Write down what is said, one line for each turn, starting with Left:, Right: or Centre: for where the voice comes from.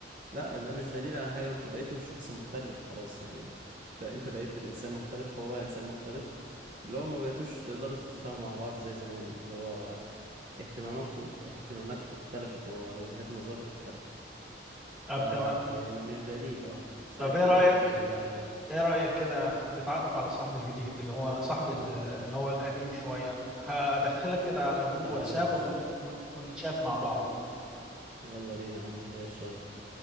Right: لا ده مش دليل على حاجة انتوا بقيتوا شخص مختلف خلاص يعني انت انت بقيت انسان مختلف وهو بقى انسان مختلف اللي هو ما بقيتوش تقدروا تتفاهموا مع بعض زي زمان اللي هو اهتماماتكم اهتماماتكم اختلفت ووجهات نظركم اختلفت
Centre: طب
Right: ف
Centre: تمام
Right: يعني مش دليل اه ساعتها
Centre: طب إيه رأيك
Right: ما يبقاش دليل على حاجة
Centre: ايه رأيك كده تتعرف على صاحب الجديد اللي هو صاحب ال- اللي هو القديم شوية هدخلك كده على جروب
Right: تعالى
Centre: واتساب
Right: يا باشا
Centre: ون... ون... ونتشات مع بعض
Right: يلا بينا يا عم ليا الشرف